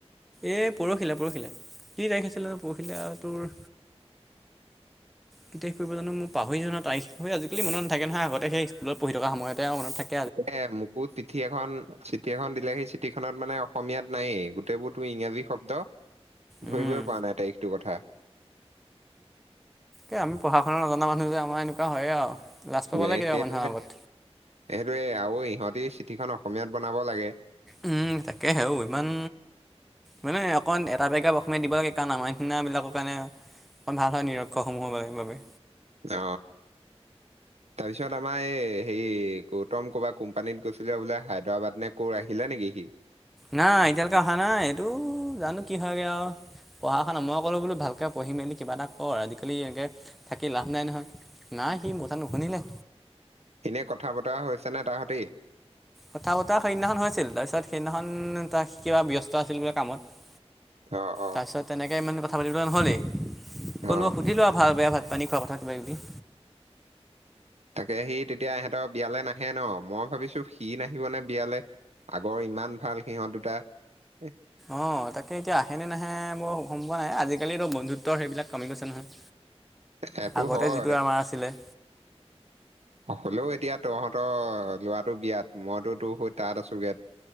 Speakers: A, in the centre; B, on the right.
A: এই পৰহিলে পৰহিলে, কি তাৰিখ আছিলে পৰহিলে টোৰ কিতাপ পঢ়িবলে পাহৰিয়ে জানো, আজিকালি মনত নাথাকে নহয়, সেই স্কুলত পঢ়ি থকা সময়তে মনত থা
B: তে <unintelligible> মকো চিঠি এখন চিঠি এখন দিলে সেই চিঠিখনত মানে অসমীয়াত নায়েই। গোটেইবোৰ তোৰ ইংৰাজী শব্দ।
A: উম
B: ধৰিবই পৰা নাই তাইকটো কথা।
A: এ, আমি পঢ়া শুনা নজনা মানুহ যে আমাৰ এনেকুৱা হয়ে আৰু। লাজ পাব
B: ন সেইটোহে
A: লাগে কেতিয়াবা মানুহৰ আগত
B: সেইটোৱে আৰু ইহঁতি চিঠিখন অসমীয়াত বনাব লাগে।
A: উম, তাকে হেও ইমান। মানে অকণ এটা বেগ প্ৰ অসমমে দিব লাগে। কাৰণ আমাৰ নিচিনা বিলাকৰ কাৰণে অকণ ভাল হয় নিৰক্ষৰসমূহৰ বাবে।
B: অ, তাৰপিছত আমাৰ এই হেৰি গৌতম ক'বা কোম্পানীত গৈছিলে বোলে হায়দৰাবাদ নে ক আহিলে নেকি সি?
A: নাই এতিয়ালৈকে অহা নাই এইটো জানো কি হয়গে আৰু। পঢ়া শুনা মই ক'লো বোলো ভালকৈ পঢ়ি মেলি কিবা এটা কৰ, আজিকালি এনেকৈ থাকি লাভ নাই নহয়। নাই সি মোৰ কথা নুশুনিলে।
B: এনেই কথা বতৰা হৈছেনে তাহ হঁতি।
A: কথা বতৰা সেইদিনাখন হৈছিল তাৰপিছত সেইদিনাখন ত কিবা ব্যস্ত আছিল বোলে কামত।
B: অ, অ,
A: তাৰপিছত তেনেকে ইমানে কথা পাতিবা নহ'লেই
B: অ
A: ক'লব সুধিলো আৰু ভাল বেয়া ভাত পানী খোৱা কথা কিবা কিবি।
B: তাকে সি তেতিয়া ইহঁতৰ বিয়ালে নাহে ন মই ভাবিছো সি নাহিব নে বিয়ালে। আগৰ ইমান ভাল সিহঁত দুটা। এ,
A: অ, তাকে এতিয়া আহেনে নাহে বৰ সমম পোৱা নাই আজিকালিতো বন্ধুত্বৰ সেইবিলাক কামি গৈছে নহয়।
B: <unintelligible>
A: আগতে
B: হয়
A: যিটো আমাৰ আছিলে।
B: হ'লেও এতিয়া তহঁতৰ লৰাটো বিয়াত মইতো তোৰ স তাত আছো গে।